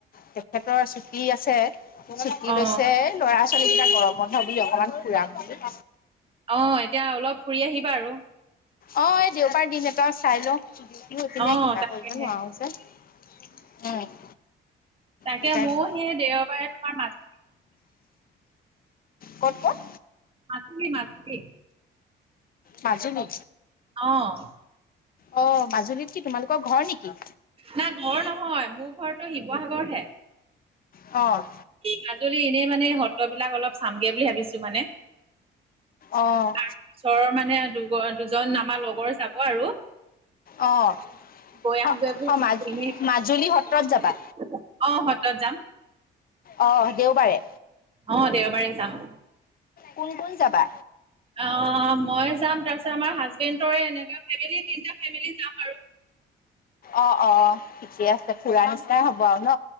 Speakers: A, on the left; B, on the right.
A: তেখেতৰ ছুটী আছে। ছুটি
B: অ
A: লৈছে এই ল'ৰা -ছোৱালী কেইটাক গৰম বন্ধ বুলি অকমান ফুৰাম বুলি।
B: অ', এতিয়া অলপ ফুৰি আহিবা আৰু,
A: অ', এই দেওবাৰ দিন এটা চাই লওঁ আৰু এই পিনে
B: অ
A: কিবা
B: তাকেহে
A: কৰিব নোৱাৰো যে উম'।
B: তাকে
A: সেইকাৰণে
B: মও সেই দেওবাৰে তোমাৰ মাজ
A: ক'ত, ক'ত
B: মাজে, মাজে।
A: মাজুলী।
B: অ'।
A: অ, মাজুলীত কি তোমালোকৰ ঘৰ নেকি।
B: নাই ঘৰ নহয়। মোৰ ঘৰতো শিৱসাগৰত হে।
A: অ'।
B: মাজুলী এনেই মানে সত্ৰবলাক অলপ চামগে বুলি ভাবিছো মানে।
A: অ',
B: আৰু ওচৰৰ মানে দু, দুজন আমাৰ লগৰ যাব আৰু।
A: অ',
B: গৈ আহোগৈ
A: অ',
B: বোলো
A: অ', মাজ
B: কৰি।
A: মাজুলী সত্ৰত
B: অ,
A: যাবা
B: সত্ৰত যাম।
A: অ, দেওবাৰে।
B: অ, দেওবাৰে যাম।
A: কোন, কোন যাবা।
B: অ, মই যাম, তাৰপিছত আমাৰ হাজবেণ্ডৰে এনেকুৱা ফেমি তিনিটা ফেমিলি যাম আৰু।
A: অ', অ', ঠিকে আছে, ফুৰা নিচিনাই হ'ব আৰু ন।